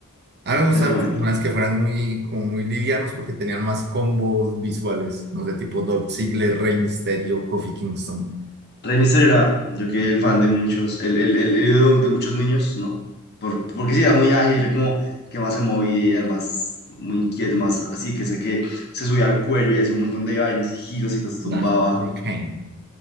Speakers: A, on the right (about 50°); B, on the left (about 50°).
A: A mí me gustaban
B: ese momento?
A: los personajes que fueran muy, como muy livianos porque tenían más combos visuales, no sé, tipo Dolph Ziggler, Rey Mysterio, Kofi Kingston,
B: Rey Mysterio era, yo que el fan de muchos, el, el, el, el ídolo de muchos niños, ¿no? Por, porque sí, era muy ágil, era como que más se movía, el más, muy inquieto, más así, que sé que se subía al cuello y hacía un montón de vainas y giros y los tumbaba.
A: nah, Liu Kang.